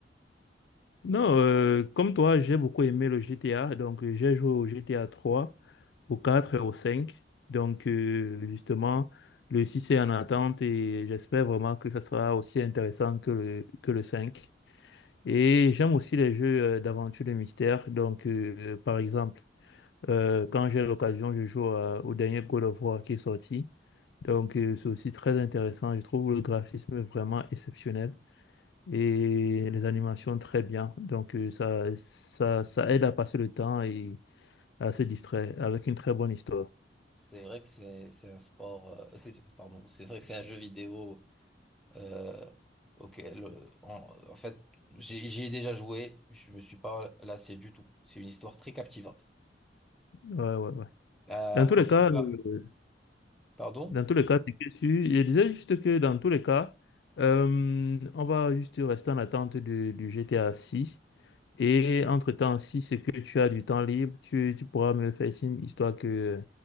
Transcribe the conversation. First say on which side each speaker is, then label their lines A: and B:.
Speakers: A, on the left; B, in the centre.
A: Non, euh, comme toi, j'ai beaucoup aimé le GTA. Donc, euh, j'ai joué au GTA 3, au 4 et au 5. Donc, euh, justement, le 6 est en attente et j'espère vraiment que ça sera aussi intéressant que le, que le 5. Et j'aime aussi les jeux euh, d'aventure de mystère. Donc, euh, par exemple, euh, quand j'ai l'occasion, je joue à- au dernier Call of War qui est sorti. Donc, euh, c'est aussi très intéressant. Je trouve le graphisme vraiment exceptionnel et les animations très bien. Donc euh, ça, ça, ça aide à passer le temps et à se distraire avec une très bonne histoire.
B: c'est vrai que c'est c'est un sport, euh, c'est, pardon, c'est vrai que c'est un jeu vidéo Euh, ok, le- en, en fait, j'ai- j'y ai déjà joué, je me suis pas lassé du tout. C'est une histoire très captivante.
A: Ouais, ouais, ouais.
B: Euh,
A: Dans tous
B: en
A: les
B: tout
A: cas,
B: cas,
A: euh,
B: pardon?
A: dans tous les cas, c'est que si- Je disais juste que dans tous les cas, euh, on va juste rester en attente de- du GTA six Et entre-temps, si c'est que tu as du temps libre, tu, tu pourras me le faire signe, histoire que euh,